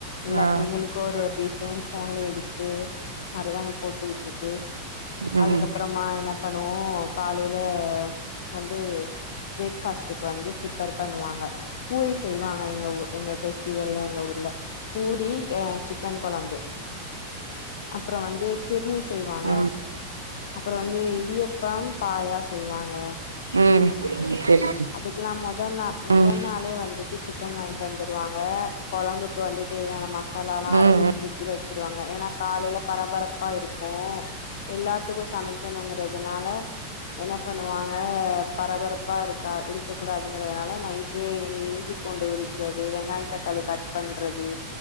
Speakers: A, on the left; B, on the right.
A: இல்ல
B: ஆ
A: அப்ப நீங்களு கோரு டிசைன் ஃபோன்ல எடுத்து மருதாணி போட்டு விட்டுட்டு
B: ம்
A: அதுக்கப்றமா என்ன பண்ணுவோ காலையில வந்து ப்ரேக் ஃபாஸ்ட்டுக்கு வந்து ப்ரிப்பேர் பண்ணுவாங்க பூரி செய்வாங்க எங்கஊ எங்க ஃபெஸ்டிவல்ல எங்க ஊர்ல பூரி அ சிக்கன் கொழம்பு அப்றோ வந்து ஃபிர்னி செய்வாங்க
B: ம்
A: அப்பறோ வந்து இடியப்பம் பாயா செய்வாங்க
B: ம் சரி சரி
A: அதுக்லா மொத நாள் மொத
B: ம்
A: நாளே வந்துட் டு சிக்கன் வாங்கிட்டு வந்துருவாங்க கொழம்புக்கு வந்து தேவையான மசாலாலா
B: ம்
A: அரச்சு
B: ம்
A: ஃபிரிட்ஜுல வெச்சிருவாங்க ஏனா காலைல பரபர ப்பா இருக்கு எல்லாத்துக்கு சமைக்கணுங்றதுனால என்ன பண்ணுவாங்க பரபரப்பா இருக்கா இருக்க கூடாதுங்கறதுனால நைட் டே இந்த இஞ்சி பூண்டு உரிக்கிறது வெங்காயோ தக்காளி கட் பண்றது